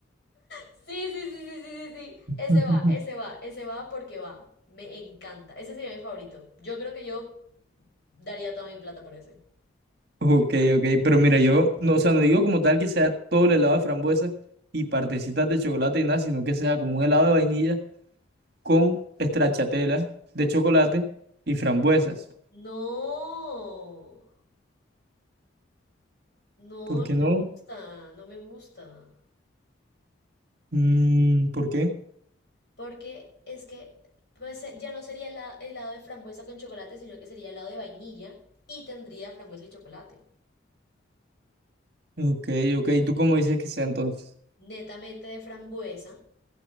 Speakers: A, on the left; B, on the right.
A: sí, sí, sí, sí, sí, sí, sí.
B: <laughs>
A: Ese va, ese va, ese va porque va. Me encanta. Ese sería mi favorito. Yo creo que yo Daría toda mi plata por ese.
B: Ok, ok, pero mira, yo no, o sea, no digo como tal que sea todo el helado de frambuesa y partecitas de chocolate y nada, sino que sea como un helado de vainilla con stracciatella de chocolate y frambuesas.
A: No, no,
B: ¿Por
A: no
B: qué no?
A: me gusta, no me gusta.
B: Mm, ¿por qué?
A: Porque es que, pues eh, ya no sería hela- helado de frambuesa con chocolate, sino que sería helado de vainilla y tendría frambuesa y chocolate.
B: Ok, ok, ¿y tú cómo dices que sea entonces?
A: Netamente de frambuesa